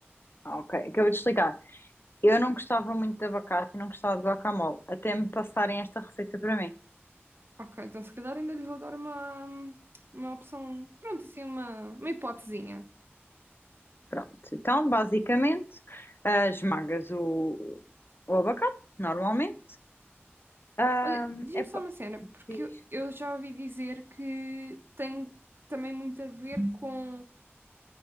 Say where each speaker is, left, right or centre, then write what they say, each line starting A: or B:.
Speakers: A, on the left; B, on the right.
A: Ah, ok, acabei de explicar. Eu não gostava muito de abacate e não gostava de guacamole, até me passarem esta receita para mim.
B: Ok, então se calhar ainda lhe vou dar uma, uma opção, pronto, assim, uma, uma hipotezinha.
A: Pronto, então basicamente ah, esmagas o, o abacate, normalmente. Ah,
B: Olha, diz-me
A: é pa-
B: só uma cena, porque
A: Diz.
B: eu, eu já ouvi dizer que tem também muito a ver com